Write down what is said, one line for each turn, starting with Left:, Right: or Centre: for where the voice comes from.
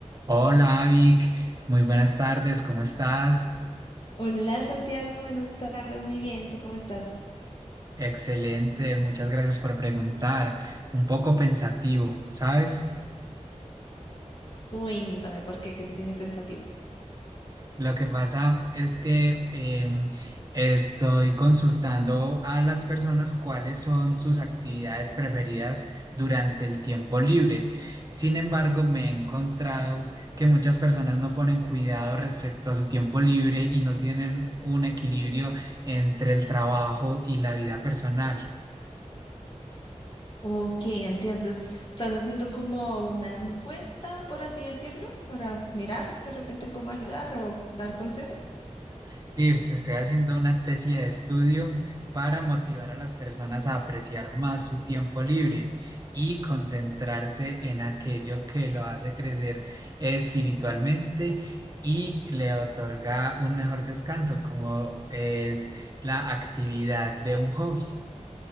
Right: Hola, Avic. Muy buenas tardes. ¿Cómo estás?
Left: Hola Santiago, buenas tardes, muy bien, ¿tú cómo estás?
Right: Excelente. Muchas gracias por preguntar. Un poco pensativo, ¿sabes?
Left: Cuéntame por qué, qué te tiene pensativo.
Right: Lo que pasa es que em, estoy consultando a las personas cuáles son sus actividades preferidas durante el tiempo libre. Sin embargo, me he encontrado que muchas personas no ponen cuidado respecto a su tiempo libre y no tienen un equilibrio entre el trabajo y la vida personal.
Left: Ok, entiendo, estás haciendo como una encuesta, por así decirlo, para mirar de repente cómo ayudar o dar consejos.
Right: Sí, estoy haciendo una especie de estudio para motivar
Left: Ok.
Right: a las personas a apreciar más su tiempo libre y concentrarse en aquello que lo hace crecer espiritualmente y le otorga un mejor descanso, como es la actividad de un hobby.